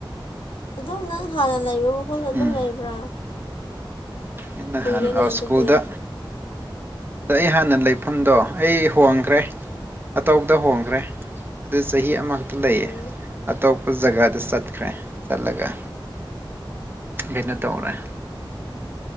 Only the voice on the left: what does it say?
ꯑꯗꯨꯝ ꯅꯪ ꯍꯥꯟꯅ ꯂꯩꯕ ꯃꯐꯝꯗ ꯑꯗꯨꯝ
ꯂꯩꯕ꯭ꯔꯥ
ꯀꯨꯏꯔꯦꯅꯦ ꯑꯗꯨꯗꯤ
ꯑꯣ